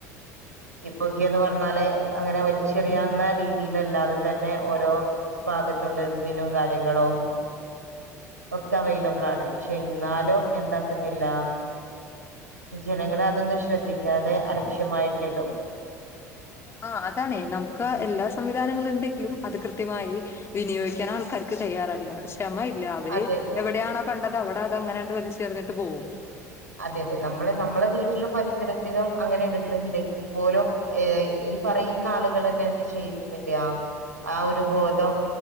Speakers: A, on the right; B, on the left.
A: ഇപ്പൊക്കെന്ന് പറഞ്ഞാല് അങ്ങനെ വലിച്ചെറിയാവുന്ന രീതിയിലല്ലാതെ തന്നെ ഓരോ ഭാഗത്തും ഡസ്റ്റ്ബിനും കാര്യങ്ങളും ഒക്കെ അവൈലബിളാണ് ക്ഷെ എന്നാലും എന്താക്കുന്നില്ല ജനങ്ങളെ അതൊന്നും ശ്രദ്ധിക്കാതെ അ ക്ഷ്യമായിട്ടിടും
B: ആ അതാണേ നമുക്ക് എല്ലാ സംവിധാനങ്ങളുണ്ടെങ്കിലും അത് കൃത്യമായി വിനിയോഗിക്കാൻ ആൾക്കാർക്ക് തയ്യാറല്ല ശ് ക്ഷമ ഇല്ല അവര്
A: അതെ അതെ
B: എവിടെയാണോ കണ്ടത് അവിട അ അങ്ങനാണ്ട് വലിചെർഞ്ഞിട്ട് പോവും
A: അതെ തെ നമ്മള് നമ്മളെ വീട്ടിലും പരിസരത്തിലും അങ്ങനെ ഇടുന്നില്ലെങ്കി ൽ പോലും ഏ ഈ പറയുന്ന ആളുകളന്നെ എന്ത് ചെയ്യുന്നില്ല ആ ഒരു ബോധം